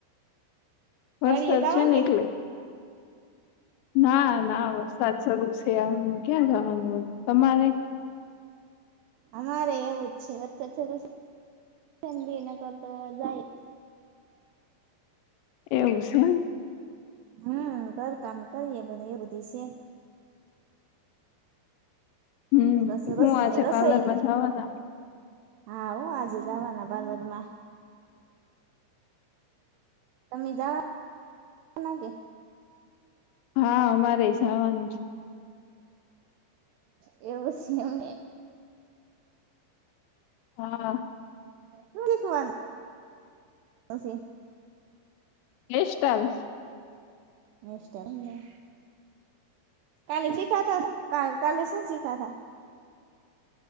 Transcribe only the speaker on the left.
વરસાદ
છે ને
એટલે ના ના વરસાદ શરૂ સે આવામાં ક્યાં જવાનું હોય. તમારે?
એવું છે.
હમ
હું આજે
પાર્લરમાં જવાના
હા અમારેય જાવાનું
હા.
<unintelligible>